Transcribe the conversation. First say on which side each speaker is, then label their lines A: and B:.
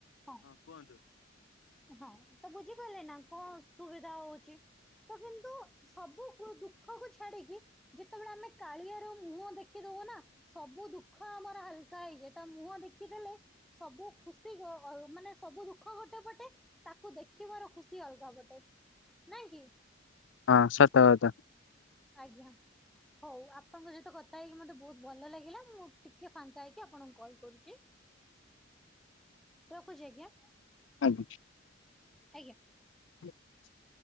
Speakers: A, in the centre; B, on the left.
A: ହଁ। ହଁ ତ ବୁଝିପାରିଲେ ନା କଣ ସୁବିଧା ହଉଛି। ତ କିନ୍ତୁ ସବୁ ପୁଅ ଦୁଃଖକୁ ଛାଡ଼ିକି ଯେତେବେଳେ ଆମେ କାଳିଆର ମୁହଁ ଦେଖିଦବୁ ନା। ସବୁ ଦୁଃଖ ଆମର ହାଲ୍ କା ହେଇଯାଏ ତା ମୁହଁ ଦେଖିଦେଲେ ସବୁ ଖୁସି ଗ ଅ ମାନେ ସବୁ ଦୁଃଖ ଗୋଟେ ପଟେ ତାକୁ ଦେଖିବାର ଖୁସି ଅଲଗା ପଟେ। ନାଇଁ କି?
B: ହଁ ସତ କଥା।
A: ଆଜ୍ଞା ହଉ ଆପଣଙ୍କ ସହିତ କଥା ହେଇକି ମତେ ବୋହୁତ ଭଲ ଲାଗିଲା ମୁଁ ଟି କେ ଫାଙ୍କା ହେଇକି ଆପଣଙ୍କୁ କଲ୍ କରୁଛି ରଖୁଛି ଆଜ୍ଞା।
B: ଆଜ୍ଞା।
A: ଆଜ୍ଞା।
B: <inaudible>